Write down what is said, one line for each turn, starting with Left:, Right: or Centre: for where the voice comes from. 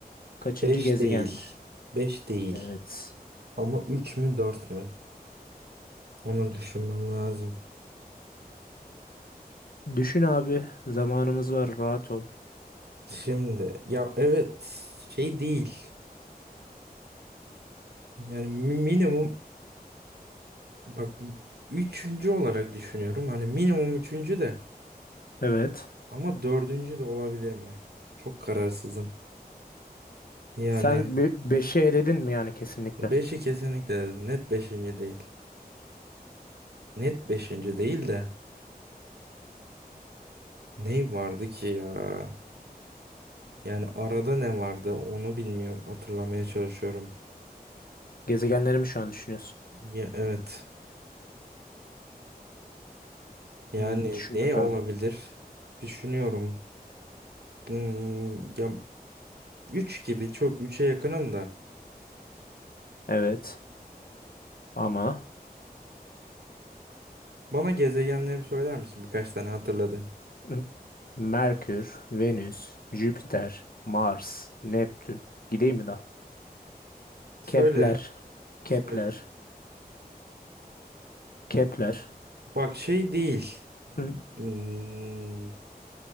Left: Kaçıncı
Right: beş
Left: gezegendir?
Right: değil. beş değil.
Left: Evet.
Right: Ama 3 mü 4 mü? Onu düşünmem lazım.
Left: Düşün abi. Zamanımız var. Rahat ol.
Right: Şimdi ya evet şey değil. Yani mi- minimum Bak üçüncü olarak düşünüyorum. Hani minimum üçüncü de
Left: Evet.
Right: ama dördüncü de olabilir mi? Çok kararsızım. Yani
Left: Sen 5'i eledin mi yani kesinlikle?
Right: beşi kesinlikle dedim. Net beşinci değil. Net beşinci değil de ne vardı ki ya? Yani arada ne vardı onu bilmiyorum. Hatırlamaya çalışıyorum.
Left: Gezegenleri mi şu an düşünüyorsun?
Right: Ya, evet. Yani
Left: Hmm, düşün
Right: ne
Left: bakalım.
Right: olabilir? Düşünüyorum. Hmm, ya üç gibi çok üçe yakınım da.
Left: Evet ama
Right: Bana gezegenleri söyler misin? Birkaç tane hatırladın.
Left: Hı. Merkür, Venüs, Jüpiter, Mars, Neptün. Gideyim mi daha?
Right: Söyle.
Left: Kepler, Kepler,
Right: Söyle.
Left: Kepler.
Right: Bak şey değil.
Left: Hı,
Right: Hmm,